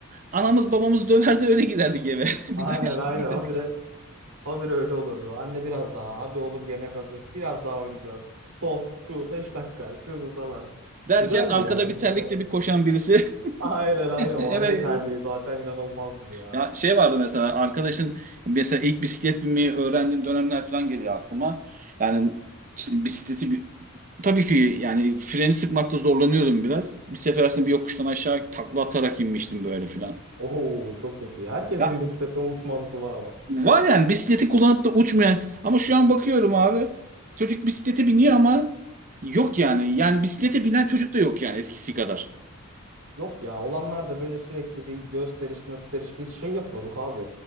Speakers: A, on the right; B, on the right.
A: Anamız babamız döverdi öyle giderdik eve. <laughs> Bir
B: Aynen
A: daha yalnız
B: aynen
A: giderdik.
B: abi bir de Habire öyle olurdu. Anne biraz daha. Hadi oğlum yemek hazır. Biraz daha oynayacağız. Son şu 5 dakika şu bu falan.
A: Derken
B: Güzeldi
A: arkada
B: ya çocukken.
A: bir terlikle bir koşan birisi. <laughs>
B: Aynen aynen. O
A: Evet. evet.
B: anne terliği zaten inanılmazdır ya.
A: Ya şey vardı mesela arkadaşın mesela ilk bisiklet binmeyi öğrendiğim dönemler falan geliyor aklıma. Yani işte bisikleti bir- tabii ki yani freni sıkmakta zorlanıyordum biraz. Bir sefer aslında bir yokuştan aşağı takla atarak inmiştim böyle falan.
B: Oo çok kötü ya. Herkesin
A: Ya
B: bir bisikletten uçma anısı var ama.
A: Var yani bisikleti kullanıp da uçmayan ama şu an bakıyorum abi çocuk bisiklete biniyor ama yok yani yani bisiklete binen çocuk da yok yani eskisi kadar.
B: Yok ya olanlar da böyle sürekli bir gösteriş gösteriş. Biz şey yapıyorduk abi.